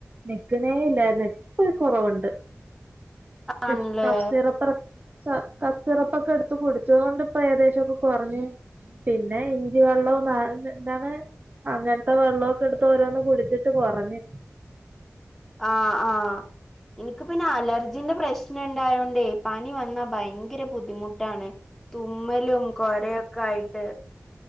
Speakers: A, on the right; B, in the centre.
A: നിക്ക്ന്നേ ഇല്ലയ്ര്ന്ന് ഇപ്പ കൊറവ്ണ്ട് ക്ഫ്
B: ആണില്ലേ
A: കഫ് സിറപ്പ ച കഫ് സിറപ്പൊക്കെ എടുത്ത് കുടിച്ചതോണ്ട് ഇപ്പൊ ഏകദേശൊക്കെ കൊറഞ്ഞ് പിന്നെ ഇഞ്ചി വെള്ളവും നാ യ് ന്നെ ന്താണ് അങ്ങനത്തെ വെള്ളവൊക്കെ എടുത്ത് ഓരോന്ന് കുടിച്ചിട്ട് കൊറഞ്ഞ്
B: ആഹ് ആഹ് ഇൻക്ക് പിന്നെ അലർജിന്റെ പ്രശ്നണ്ടായോണ്ടേയ് പനി വന്നാ ഭയങ്കര ബുദ്ധിമുട്ടാണ്- തുമ്മലും കൊരയൊക്കെ ആയിട്ട്